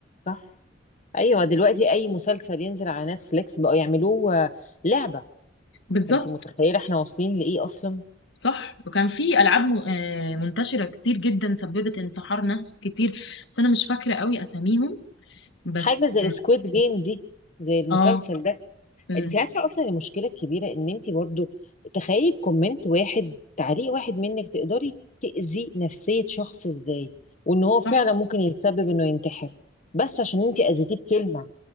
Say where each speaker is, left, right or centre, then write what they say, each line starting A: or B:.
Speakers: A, on the left; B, on the left.
A: صح ايوه دلوقتي اي مسلسل ينزل على نتفليكس بقوا يعملوه آه، لعبه
B: بالظبط
A: فانت متخيله احنا واصلين لايه اصلا
B: صح وكان في العاب م- آه، منتشره كتير جدا سببت انتحار ناس كتير بس انا مش فاكره قوي اساميهم بس
A: حاجه زي سكويد جيم دي زي المسلسل
B: اه
A: ده
B: امم
A: انت عارفه اصلا المشكله الكبيره ان انت برضو تخيلي بكومنت واحد تعليق واحد منك تقدري تاذي نفسيه شخص ازاي وان هو
B: صح
A: فعلا ممكن يتسبب انه ينتحر بس عشان انت اذيتيه بكلمه